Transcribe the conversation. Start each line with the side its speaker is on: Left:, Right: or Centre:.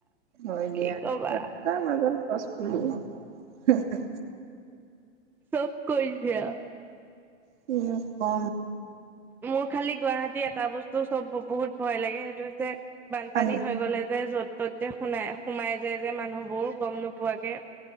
Right: হয় দিয়া
Centre: কি কবা
Right: ৰাস্তাৰ মাজত গছ পুলি। হম - হম।
Centre: ফেক কৈ দিয়া।
Right: কিনো কম।
Centre: মোৰ খালি গুৱাহাটী এটা বস্তু চব বহুত ভয় লাগে সেইটো হৈছে বানপানী
Right: পানী
Centre: হৈ গ'লে যে য'ত ত'ত যে সোমাই - সোমাই য যে মানুহবোৰ গম নোপোৱাকে